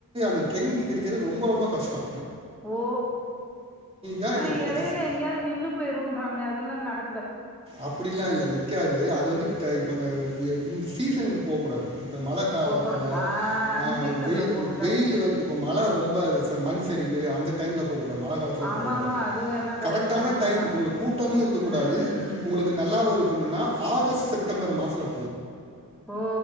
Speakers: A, on the right; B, in the centre.
A: த ட்ரெயின் டிக்கெட் கெடைக்கது ரொம்ப ரொம்ப கஷ்டோ
B: ஓ
A: தான்
B: ஆனா
A: எனக்கு கிடச்சிச்சு
B: எடையில எங்கயாவது நின்னு போயிருன்றாங்களே அதெல்லா நட
A: அப்படிலா இல்ல நிக்காது அது வந்து ட இப்ப இந்த ய இந்த சீசனுக்கு போ கூடாது இப்ப மழ காலத்துல
B: போ கூட ஆ
A: ஆ
B: அன்சீசன்ல
A: வெயில்
B: போணு கரெக்ட்
A: வெயில் வந்து இப்ப மழ ரொம்ப மண் சரிவு அந்த டைம்ல போக்கூடாது மழ காலத்துல
B: ஆமா
A: போடக் கூடாது
B: ஆமா அது வேணா கரெக்ட்
A: கரெக்டான
B: உண்மதா
A: டைம் உங்களுக்கு கூட்டமு இருக்க கூடாது
B: ம்
A: உங்களுக்கு நல்லாவு இருக்கணுனா ஆகஸ்ட் செப்டம்பர் மாசத்ல
B: ஓ